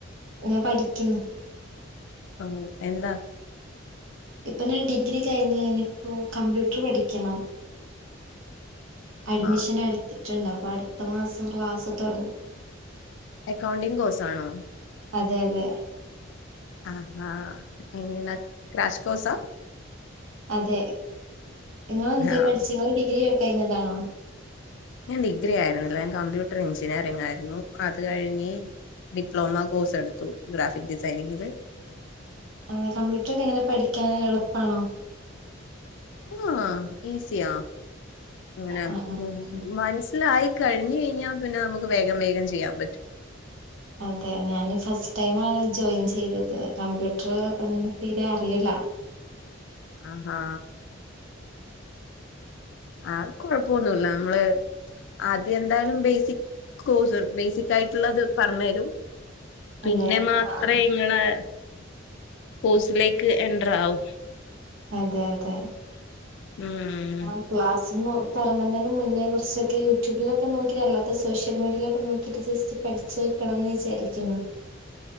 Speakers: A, on the right; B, on the left.
A: ഞാൻ പഠിക്കുന്നു
B: ഓ എന്താ
A: ഇപ്പൊ ഞാൻ ഡിഗ്രി കഴിഞ്ഞു ഇനിയിപ്പോ കമ്പ്യൂട്ടർ പഠിക്കണം അഡ്മിഷൻ
B: ആഹ്
A: എടുത്തിട്ടുണ്ട് അപ്പൊ അടുത്ത മാസം ക്ലാസ് തുടങ്ങും
B: അക്കൗണ്ടിംഗ്കോഴ്സ് ആണോ
A: അതെ അതെ
B: ആഹഹാ എ രാഷ് കോസ
A: അതെ നിങ്ങെളെന്ത
B: ആഹ്
A: പഠിച്ച നിങ്ങ ഡിഗ്രി കഴിഞ്ഞതാണോ
B: ഞാൻ ഡിഗ്രി ആയിരുന്നില്ല ഞാൻ കമ്പ്യൂട്ടർ എഞ്ചിനീയറിംഗ് ആയിരുന്നു അത് കഴിഞ്ഞ് ഡിപ്ലോമ കോഴ്സ് എടുത്തു ഗ്രാഫിക് ഡിസൈനിങ്ങില്
A: അ കമ്പ്യൂട്ടർ ഒക്കെ എങ്ങനെ പഠിക്കാൻ എളുപ്പാണോ
B: ആഹ ഈസിയാ അങ്ങനെ
A: ആ ആ ആ.
B: മനസ്സിലായി കഴിഞ്ഞ് കഴിഞ്ഞാൽ പിന്നെ നമുക്ക് വേഗം വേഗം ചെയ്യാൻ പറ്റും
A: അതെ ഞാന് ഫസ്റ്റ് ടൈ ആണ് ജോയിൻ ചെയ്തത് കമ്പ്യൂട്ടർ അങ്ങനെ തീരെ അറിയില്ല ആ
B: ആഹാ ആ കൊഴപ്പൊന്നല്ല നമ്മള് ആദ്യം എന്തായാലും ബേസിക് കോഴ്സ് ബേസിക് ആയിട്ടുള്ളത് പറഞ്ഞു തരും പിന്നെ
A: അതെ
B: മാത്രേ
A: ആ ആ.
B: ഇങ്ങെളെ ഹൂസിലേക്ക് എന്ടർ ആവും
A: അതെ അതെ
B: ഉം
A: ആ ക്ലാസ്ന്ന് തെറങ്ങുന്നതിന് മുന്നേ കൊറച്ചൊക്കെ യൂട്യൂബിലൊക്കെ നോക്കി അല്ലാത്ത സോഷ്യൽ മീഡിയയിലൊക്കെ നോക്കിട്ട് ജെസ്റ്റ് പഠിച്ച് ക്കണം എന്ന് വിചാരിക്ക്ന്നു